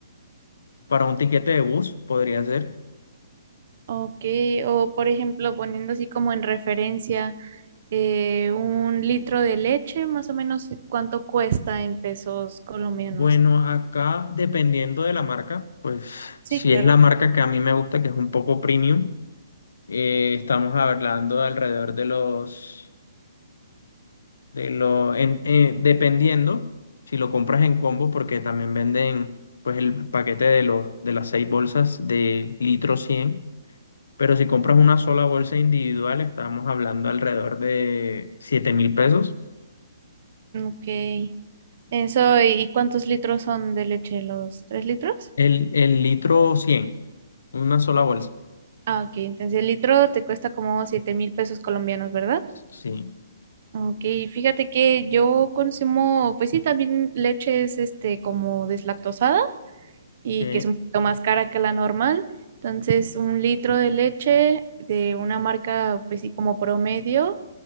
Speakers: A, on the left; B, on the right.
A: para un tiquete de bus, podría ser.
B: Ok, o por ejemplo, poniendo así como en referencia eh, un litro de leche, más o menos cuánto cuesta en pesos colombianos.
A: Bueno, acá dependiendo de la marca, pues
B: Sí,
A: si
B: claro.
A: es la marca que a mí me gusta, que es un poco premium, eh, estamos hablando de alrededor de los de lo, en- eh, dependiendo si lo compras en combo, porque también venden pues el paquete de los, de las seis bolsas de litro cien pero si compras una sola bolsa individual, estamos hablando alrededor de siete mil pesos.
B: Ok. Eso, ¿y cuántos litros son de leche? ¿Los tres litros?
A: El, el litro cien una sola bolsa.
B: Ah, ok. Entonces el litro te cuesta como siete mil pesos colombianos, ¿verdad?
A: Sí,
B: Ok, fíjate que yo consumo, pues sí, también leches este como deslactosada. y
A: ok.
B: que es un poquito más cara que la normal. Entonces, un litro de leche de una marca, pues sí, como promedio,